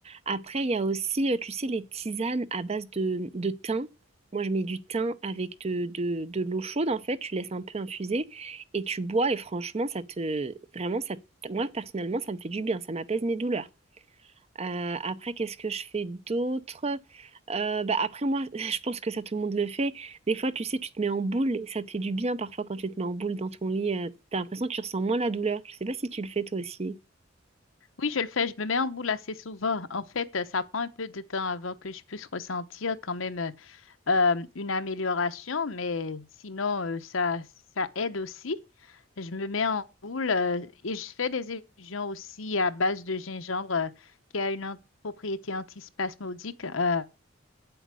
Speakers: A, on the right; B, on the left.
A: Après, il y a aussi, euh, tu sais, les tisanes à base de, de thym. Moi, je mets du thym avec de, de, de l'eau chaude, en fait. Tu laisses un peu infuser et tu bois. Et franchement, ça te... Vraiment, ça... te- Moi, personnellement, ça me fait du bien. Ça m'apaise mes douleurs. Euh, après, qu'est-ce que je fais d'autre? Euh, bah, après, moi, <laughs> je pense que ça, tout le monde le fait. Des fois, tu sais, tu te mets en boule et ça te fait du bien parfois quand tu te mets en boule dans ton lit. euh, t'as l'impression que tu ressens moins la douleur. Je sais pas si tu le fais toi aussi.
B: Oui, je le fais, je me mets en boule assez souvent. <laughs> En fait, euh, ça prend un peu de temps avant que je puisse ressentir quand même euh, euh, une amélioration, mais sinon, euh, ça, ça aide aussi. Je me mets en boule euh, et je fais des infusions aussi à base de gingembre euh, qui a une an- propriété antispasmodique euh,